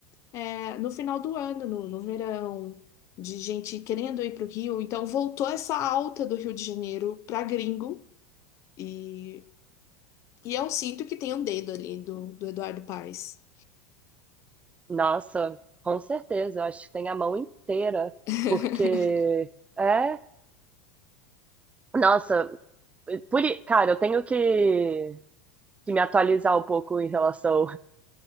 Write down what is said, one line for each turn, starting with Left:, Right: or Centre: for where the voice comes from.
Left: é, no final do ano, no, no verão, de gente querendo ir para o Rio. Então voltou essa alta do Rio de Janeiro para gringo e, e eu sinto que tem um dedo ali do, do Eduardo Paes.
Right: Nossa, com certeza. Eu acho que tem a mão inteira.
Left: <laughs>
Right: Porque. É. Nossa, por, i- cara, eu tenho que que me atualizar um pouco em relação